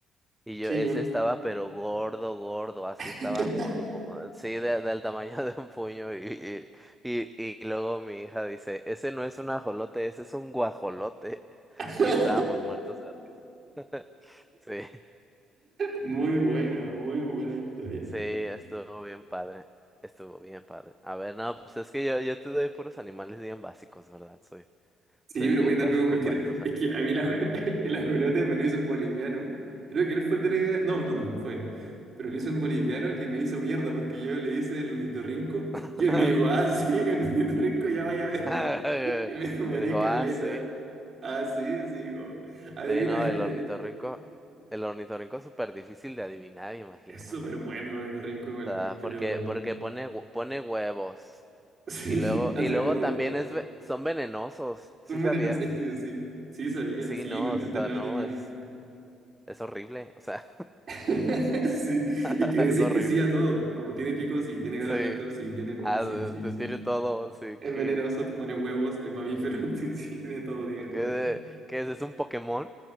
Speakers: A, in the centre; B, on the right.
A: Y
B: Sí,
A: yo, ese
B: yo igual.
A: estaba pero gordo, gordo, así
B: <laughs>
A: estaba gordo, como, sí, de- del tamaño de un puño. Y, y, y, y luego mi hija dice, ese no es un ajolote, ese es un guajolote.
B: <laughs>
A: Y estábamos muertos. de risa. <laughs> Sí,
B: Muy bueno, muy buena historia.
A: sí, estuvo bien padre, estuvo bien padre. A ver, no, pues es que yo, yo te doy puros animales bien básicos, ¿verdad? Soy,
B: Sí,
A: soy
B: pero
A: bien
B: puedes darme
A: básico
B: con cualquiera.
A: para los
B: Es que a mí la, <laughs> el ajolote me lo hizo un boliviano. Creo que él fue el de la idea. No, no, no, no fue él. Pero lo hizo un boliviano que me hizo mierda porque yo le hice el ornitorrinco
A: animales.
B: y él me dijo, ah,
A: <laughs>
B: sí, el ornitorrinco ya vaya a ver.
A: <laughs>
B: <laughs> Y me demoré
A: Y dijo,
B: caleta.
A: ah, sí.
B: Ah, sí, sí. oh. Adivina
A: Sí, no,
B: este.
A: el ornitorrinco, el ornitorrinco es súper difícil de adivinar, imagínate.
B: Es súper bueno el ornitorrinco igual,
A: O sea,
B: pero
A: porque, porque pone, hue- pone huevos.
B: <laughs> sí,
A: Y luego,
B: hace
A: y luego
B: todo.
A: también es, ve- son venenosos, ¿sí
B: Son
A: sabías?
B: venenosos, es que sí, sí
A: S-
B: sabía,
A: Sí,
B: sí,
A: no,
B: me encantan
A: o sea,
B: los
A: no,
B: animales.
A: es, es horrible, o sea,
B: <laughs> Sí, es
A: <laughs>
B: que
A: es
B: decís
A: horrible.
B: que sí a todo, como tiene picos sí, tiene cara
A: Sí,
B: de castor, sí, tiene como,
A: ah,
B: sí,
A: de-
B: sí,
A: te
B: sí.
A: tiene todo, sí,
B: Es
A: ¿qué,
B: venenoso, te pone huevos, es mamífero, <laughs> sí, sí, tiene todo, tiene todo.
A: qué, qué es? ¿Es un Pokémon?